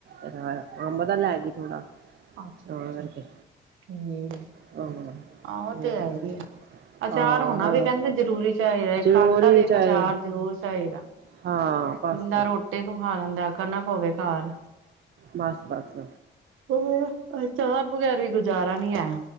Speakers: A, on the right (about 55°); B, on the right (about 85°).
A: ਓਦਾ ਅੰਬਰ ਦਾ ਲੇਗੀ ਥੋੜਾ।
B: ਆਛਾ
A: ਤਾਂ
B: - ਅੱਛਾ
A: ਕਰਕੇ
B: ਠੀਕ ਏ।
A: ਹਾਂ,
B: ਆ ਉ
A: ਹੋਰ
B: ਤੈ ਹੈ ਈ ਏ। ਅਚਾਰ
A: ਆਹੋ
B: ਹੋਣਾ ਵੀ ਕਹਿੰਦੇ ਜ਼ਰੂਰੀ ਚਾਹੀਦਾ।
A: ਜ਼ਰੂਰੀ
B: ਇੱਕ ਆਟਾ ਤੇ
A: ਚਾਹੇ
B: ਇੱਕ ਅਚਾਰ ਜ਼ਰੂਰ ਚਾਹੀਦਾ।
A: ਹਾਂ ਬਸ
B: ਬੰਦਾ ਰੋਟੀ ਖ ਖਾ ਲੈਂਦਾ ਕਨਕ ਹੋਵੇ ਘਰ।
A: ਬਸ-ਬਸ।
B: ਉਹ ਅਚਾਰ ਬਗੈਰ ਵੀ ਗੁਜ਼ਾਰਾ ਨੀ ਹੈ।